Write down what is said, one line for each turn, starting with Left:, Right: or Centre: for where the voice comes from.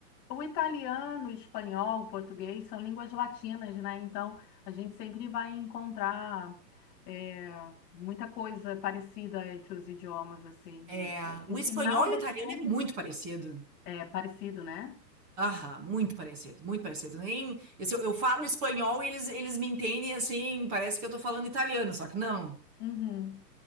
Left: O italiano, o espanhol, o português são línguas latinas, né? Então, a gente sempre vai encontrar é, muita coisa parecida entre os idiomas, assim.
Right: É,
Left: E,
Right: o
Left: e, no
Right: espanhol
Left: final
Right: e
Left: das
Right: o italiano
Left: contas,
Right: é muito parecido.
Left: é parecido, né?
Right: Aham, muito parecido, muito parecido. Nem, esse- eu, eu falo espanhol e eles, eles me entendem assim, parece que eu tô falando italiano, só que não.
Left: Uhum.